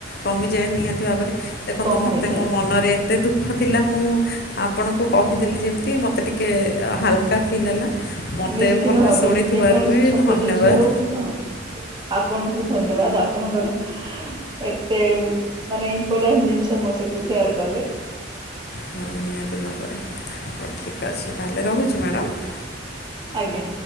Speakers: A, on the left; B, on the right.
A: କମିଯାଏ ନିହାତି ଭାବରେ ଦେଖନ୍ତୁ
B: କମ
A: ମୋତେ
B: ହେଇଯାଏ।
A: ମୋ ମନରେ ମୋତେ ଦୁଃଖ ଥିଲା ମୁଁ ଆପଣଙ୍କୁ କହିଦେଲି ଯେମିତି ମୋତେ ଟିକେ ହାଲକା ଫିଲ୍ ହେଲା। ମୋତେ
B: ନିଶ୍ଚିନ୍ତ
A: ଭଲରେ
B: ଭାବରେ
A: ଶୁଣିଥିବାରୁ
B: ଯେକୌଣସି
A: ବି
B: ଛୋଟ
A: ଧନ୍ୟବାଦ
B: ଜିନଷ ହଉ କୁ ହଁ ଆପଣଙ୍କୁ ଧନ୍ୟବାଦ ଆପଣଙ୍କର ଏତେ ମାନେ ଇପୋଟାଣ୍ଟ ଜିନିଷ ମୋ ସହିତ ସେୟାର କଲେ।
A: ହଁ ନିହାତି ଭାବରେ ହଉ ଠିକ୍ ଅଛି ତେହେଲେ ରହୁଚି ମ୍ୟାଡାମ।
B: ଆଜ୍ଞା।